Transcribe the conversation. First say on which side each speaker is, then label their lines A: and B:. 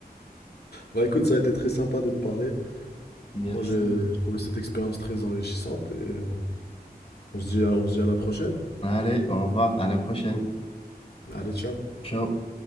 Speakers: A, on the left (about 75°); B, on the left (about 35°).
A: Bah écoute, ça a été très sympa de te parler.
B: Merci.
A: Moi, j'ai j'ai trouvé cette expérience très enrichissante et euh, on se dit à- on se dit à la prochaine.
B: Allez, au revoir, à la prochaine.
A: Allez, ciao.
B: Ciao.